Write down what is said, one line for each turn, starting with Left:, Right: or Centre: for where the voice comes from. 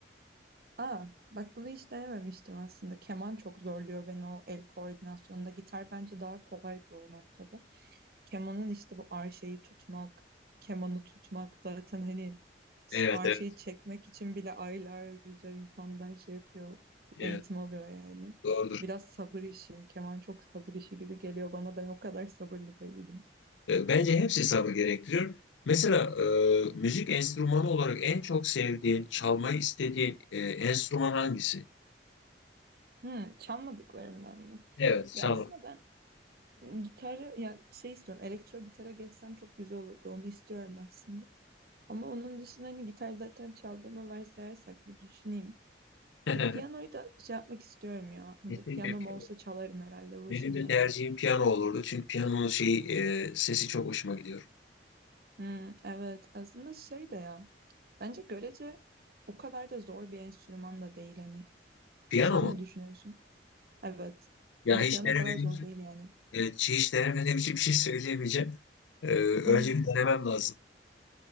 Right: Aa, bak bunu hiç denememiştim aslında. Keman çok zorluyor beni o el koordinasyonunda. Gitar bence daha kolaydı o noktada. Kemanın işte bu arşeyi tutmak, kemanı tutmak zaten hani s-
Left: Evet,
Right: arşeyi
Left: evet,
Right: çekmek için bile aylarca insanlar şey yapıyor,
Left: evet,
Right: eğitim alıyor yani.
Left: doğrudur.
Right: Biraz sabır işi, keman çok sabır işi gibi geliyor bana. Ben o kadar sabırlı değildim.
Left: E, Bence hepsi sabır gerektiriyor. Mesela e, müzik enstrümanı olarak en çok sevdiğin, çalmayı istediğin e, enstrüman hangisi?
Right: Hmm, çalmadıklarımdan mı?
Left: Evet,
Right: Ya
Left: çalmak.
Right: aslında ben Gitarı yani şey istiyorum elektro gitara geçsem çok güzel olurdu onu istiyorum aslında. Ama onun dışında hani gitar zaten çaldığımı varsayarsak bir düşüneyim.
Left: <laughs>
Right: E, piyanoyu da şey yapmak istiyorum ya hani
Left: Kesinlikle
Right: piyanom
Left: piyano.
Right: olsa çalarım herhalde başında.
Left: Benim de tercihim piyano olurdu. Çünkü piyanonun şeyi, e, sesi çok hoşuma gidiyor.
Right: Hmm, evet aslında şey de ya bence görece o kadar da zor bir enstrüman da değil hani.
Left: Piyano
Right: Sen
Left: mu?
Right: ne düşünüyorsun? Evet
Left: Ya
Right: bence
Left: hiç
Right: piyano
Left: denemediğim
Right: o kadar zor
Left: için,
Right: değil yani.
Left: evet, hiç denemediğim için bir şey söyleyemeyeceğim. E, önce
Right: <laughs>
Left: bir denemem lazım.